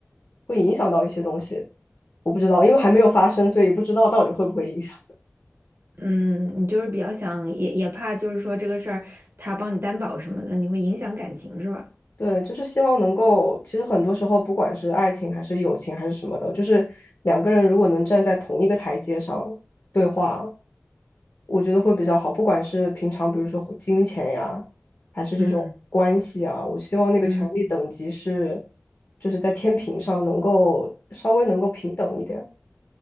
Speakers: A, on the left (about 60°); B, on the right (about 60°).
A: 会影响到一些东西。我不知道，因为还没有发生，所以不知道到底会不会影响。
B: 嗯，你就是比较想，也也怕就是说这个事儿他帮你担保什么的，你会影响感情是吧？
A: 对，就是希望能够，其实很多时候，不管是爱情还是友情还是什么的，就是两个人如果能站在同一个台阶上对话，我觉得会比较好。不管是平常，比如说金钱呀，还是这种关系啊，
B: 嗯
A: 我希望那个权力等级是，
B: 嗯
A: 就是在天平上能够稍微能够平等一点。